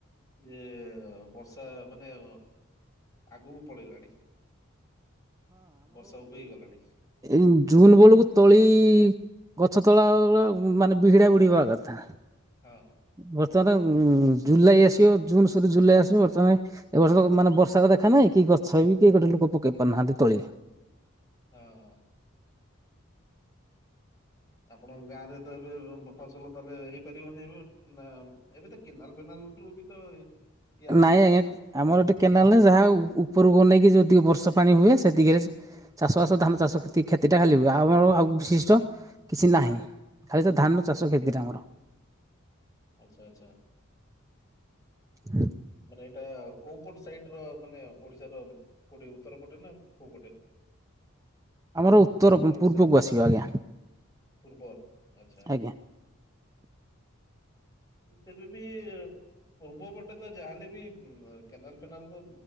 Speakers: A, on the left; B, on the right.
A: ଏ ବର୍ଷା ମାନେ ଆଗକୁ ପଳେଇଲାଣି ବର୍ଷା ଉଭେଇ ଗଲାଣି
B: ଏ ଜୁନ ବେଳକୁ ତଳି ଗଛ ତଳା ବଳା ମାନେ ବିଗଡା ବୁଡିବା କଥା
A: ହଁ।
B: ବର୍ତ୍ତମାନ ଜୁଲାଇ ଆସିବ ଜୁନ ସରୁ ଜୁଲାଇ ଆସିବ ବର୍ତ୍ତମାନ ଏବର୍ଷ ତ ମାନେ ବର୍ଷାକୁ ଦେଖା ନାହିଁ କି ଗଛ ବି କି ଗୋଟେ ଲୋକ ପକେଇ ପାରୁନାହାନ୍ତି ତୋଳି
A: ହଁ ହଁ ଆପଣଙ୍କ ଗାଁ ରେ ତ ଏବେ ଫସଲ ତାହେଲେ ହେଇପାରିବନି ଏବେ ନା ଏବେ ତ କେନାଲ ଫେନାଲ ରୁ ବି ତ ଇଏ ଆସୁଥିବ
B: ନାଇଁ ଆଜ୍ଞା
A: ନା
B: ଆମର ଏୋଟେ କେନାଲ ଯାହା ଉପରକୁ ନେଇକି ଯି ବର୍ଷା ପାଣି ହୁଏ ସେତିକରେ ଚାଷ ବାଷ ଧାନ ଚାଷଷ କ୍ଷତିଟା ଖାଲି ହୁ ଆମର ଆଉ ବିଶିଷ୍ଟ କିଛି ନାହିଁ ଖାଲି ତ ଧାନ ଚାଷ
A: ଓ
B: କ୍ଷତିଟା
A: ହୋ
B: ଆମର
A: ଆଚ୍ଛା ଆଚ୍ଛା
B: ହୁଁ
A: ମାନେ ଏଇଟା କୋଉ ପଟ ସାଇଡ ର ମାନେ ଓଡିଶ ର କୋଉଠି ଉତ୍ତର ପଟେ ନା କୋଉ ପଟେ
B: ଆମର ଉତ୍ତର
A: ଓଡିଶା
B: ପୂର୍ବକୁ
A: ନା
B: ଆସିବ ଆଜ୍ଞା
A: ପୂର୍ବ ଆଚ୍ଛା।
B: ଆଜ୍ଞା
A: ତେବେବି ବି ପୂର୍ବପଟେ ତ ଯାହାେଲେ ବି କେନାଲ୍ ଫେନାଲ୍ ତ